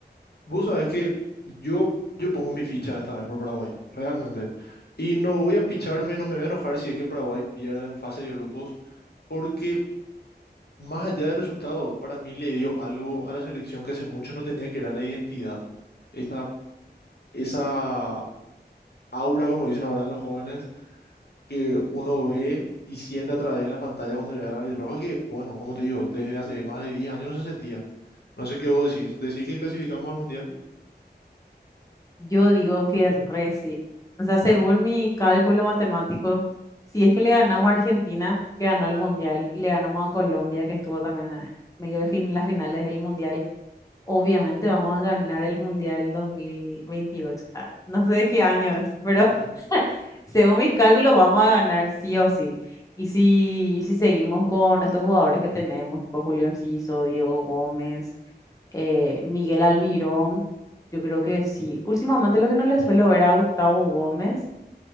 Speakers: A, on the left; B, on the left.
A: Vos sabés que yo, yo pongo mi ficha esta vez por Paraguay, realmente. Y no voy a picharme, no me voy a enojar si es que Paraguay pierde en fase de grupos, porque Más allá del resultado, para mí le dio algo a la selección que hace mucho no tenía, que era la identidad. Esa, esa aura, como dicen ahora los jóvenes, que uno ve y siente a través de la pantalla cuando le da la roja que, bueno, como te digo, desde hace más de 10 años no se sentía. No sé qué vos decís. ¿Decís que clasificamos al Mundial?
B: Yo digo que re sí. O sea, según mi cálculo matemático, si es que le ganamos a Argentina, que ganó el Mundial, y le ganamos a Colombia, que estuvo también en medio de fin en las finales del Mundial, obviamente vamos a ganar el Mundial 2028. Ah, no sé de qué año es, pero
A: <laughs>
B: <laughs> según mis cálculos vamos a ganar sí o sí. Y si, si seguimos con estos jugadores que tenemos, tipo Julio Enciso, Diego Gómez eh, Miguel Almirón, yo creo que sí. Últimamente lo que no le suelo ver a Gustavo Gómez,